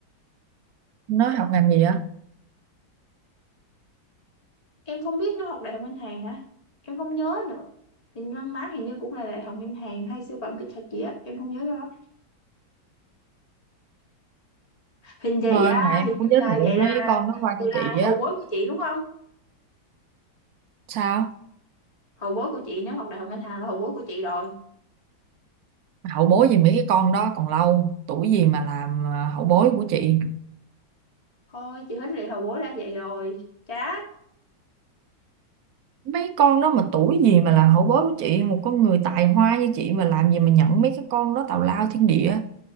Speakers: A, on the right; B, on the left.
A: nó học ngành gì á
B: em không biết nó học đại học ngân hàng hả em không nhớ nữa hình văn má hình như cũng là đại học ngân hàng hay sư phạm kỹ thuật gì á em không nhớ cho lắm hình vậy
A: hơn
B: à
A: mà em
B: hình
A: cũng
B: như
A: giới
B: là
A: thiệu
B: vậy là
A: mấy con nó qua
B: vậy
A: cho
B: là
A: chị
B: hậu
A: á
B: bối của chị đúng không
A: sao
B: hậu bối của chị nếu học đại học ngân hàng là hậu bối của chị rồi
A: hậu bối gì mấy cái con đó còn lâu tuổi gì mà làm ờ, hậu bối của chị
B: thôi chị hết lệ hậu bối đã vậy rồi chán
A: mấy con đó mà tuổi gì mà làm hậu bối của chị một con người tài hoa như chị mà làm gì mà nhận mấy cái con đó tào lao thiên địa